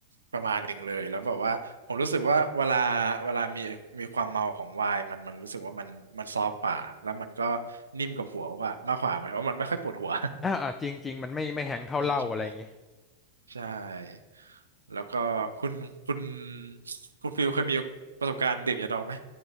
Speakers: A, on the right; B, on the left.
A: ประมาณหนึ่งเลยแล้วแบบว่าผมรู้สึกว่าเวลาเวลามีมีความเมาของไวน์มันมันรู้สึกว่ามันมันซอฟต์กว่าแล้วมันก็นิ่มกับหัวกว่ามากกว่าหมายความว่ามันไม่ค่อยปวดหัว
B: อ่าอ่าจริงจริงมันไม่ไม่แฮงเท่าเหล้าอะไรอย่างงี้
A: <laughs> จริงใช่ไหมใช่แล้วก็คุณคุณคุณฟิลเคยมีประสบการณ์ดื่มยาดองไหม